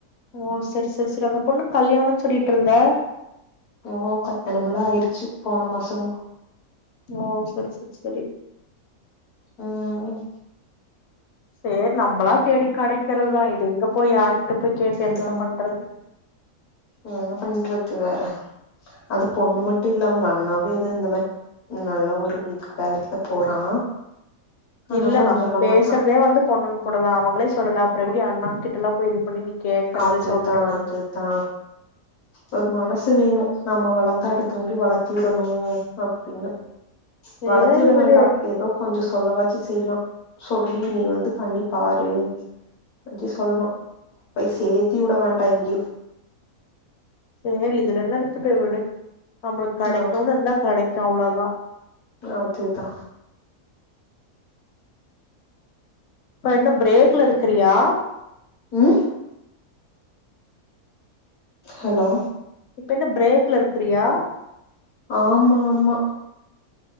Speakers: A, on the left (about 55°); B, on the left (about 85°).
A: ஓ சரி சரி சரி அந்த பொண்ணு கல்யாணம்ன்னு சொல்லிட்டு இருந்தே
B: ஓ கல்யாணமல்லா ஆயிருச்சு போன மாசத்
A: ஓ சரி சரி சரி
B: ம்
A: சேரி நம்மளா தேடி கெடைக்கிறதுதா இது எங்க போய் யாரு ட்ட போய் கேட்டு
B: அதுதா
A: என்னத்த பண்றது
B: என்ன பண்றது வேற அது பொண்ணு மட்டு இல்ல அவுங்கண்ணாவு ஏதோ இந்த மாரி நல்ல ஒரு இதுக்கு வேலைக்கு தா போறா அதனால
A: இல்ல
B: அவ
A: நம்ம
B: சொல்ல
A: பேசறதே
B: மாட்டா
A: வந்து பொண்ணுங் கூடதா அவங்களே சொல்லல அப்பற எப்டி அண்ணாங் கிட்டலா போய் இது <unintelligible>
B: அதுதா
A: சொல்றது
B: அதுதா ஒரு மனசு சு வேணு நம்ம வளந்தா அடுத்தவுங்களயு வளத்திடணு அப்டின்னு
A: சேரி
B: வளத்தி உட
A: விடு
B: வேண்டா எதோ கொஞ்சொ சொல்ல வாச்சு செய்லா சொல்லி நீ வந்து பண்ணி பாரு அடி சொல்லா பய் சேத்தி உட வேண்டா எங்கியூ
A: சேரி இதுல என்ன இருக்குது விடு நம்மளுக்கு கடைக்ணுன்
B: அது
A: இருந்தா கடைக் கு அவ்ளோதா
B: அதுதா
A: ப்ப என்ன பிரேக்ல இருக்கிறியா
B: ம் ஹலோ
A: இப்ப என்ன பிரேக்ல இருக்றியா
B: ஆமா ஆமா